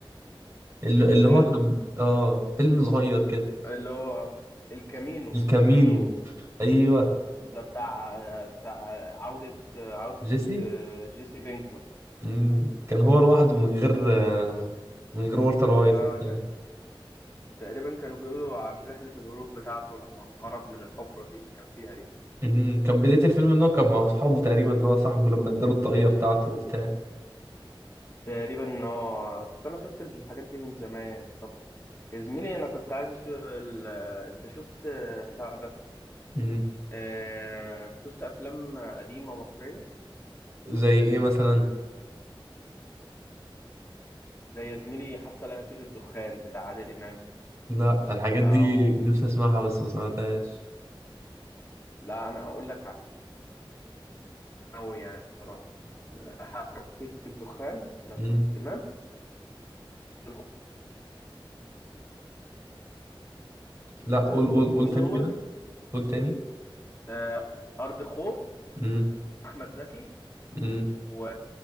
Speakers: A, on the right (about 30°); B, on the left (about 30°).
A: اللي, اللي
B: فيلم
A: هو كان اه فيلم صغير كده
B: اللي هو الكامينو
A: الكامينو
B: الكامينو
A: ايوه
B: ده بتاع بتاع عودة عودة
A: جيسي
B: جيسي بينكمان
A: مم. كان هو لوحده من غير آه، من غير والتر وايت
B: اه
A: وبتاع
B: كان تقريبا كانوا بيقولوا عن رحلة الهروب بتاعته لما هرب من الحفرة دي اللي كان فيها دي
A: مم. كان بداية الفيلم ان هو كان مع اصحابه تقريبا اللي هو صاحبه لما اداله الطاقية بتاعته وبتاع
B: تقريبا اه بس انا شفت الحاجات دي من زمان يا زميلي انا كنت عايز اشوف ال... انت شفت بتاع ده
A: مم.
B: آه، شفت أفلام قديمة مصرية
A: زي ايه مثلا
B: زي يا زميلي حتى لا يطير الدخان بتاع عادل إمام
A: لا الحاجات دي
B: أو
A: كنت نفسي اسمعها بس ما سمعتهاش
B: لا أنا هقول لك أوي يعني صراحة. حتى لا يطير الدخان عادل
A: مم.
B: إمام الخوفين
A: لا قول قول قول تاني
B: دول
A: كده قول تاني
B: آه، أرض خوف
A: مم.
B: أحمد زكي
A: مم.
B: و...